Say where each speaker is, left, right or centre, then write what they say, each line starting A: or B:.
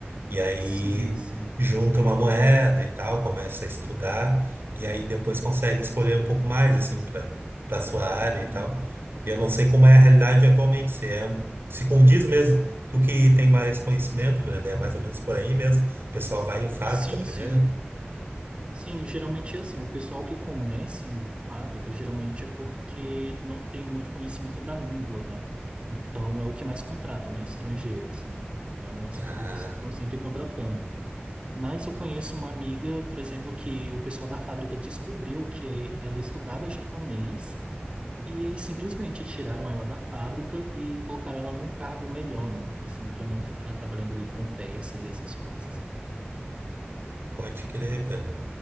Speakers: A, on the right; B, on the right.
A: E aí
B: Sim, sim.
A: junta uma moeda e tal, começa a estudar e aí depois consegue escolher um pouco mais assim para para sua área
B: Aham.
A: e tal. E eu não sei como é a realidade atualmente, se é, se condiz mesmo, tu que tem mais conhecimento, Brenda, é mais ou menos por aí mesmo. O pessoal vai em fábrica
B: Sim,
A: primeiro.
B: sim. Sim, geralmente é assim, o pessoal que começa ainda em fábrica, geralmente é porque não tem muito conhecimento da língua, né? Então, é o que mais contratam, né? Estrangeiros, assim. Então, as
A: Ah,
B: fábricas estão sempre contratando. Mas eu conheço uma amiga, por exemplo, que o pessoal da fábrica descobriu que ela estudava japonês e aí simplesmente tiraram ela da fábrica e colocaram ela num cargo melhor, né? Assim, para não ficar trabalhando ali com peças e essas coisas.
A: pode crer, cara.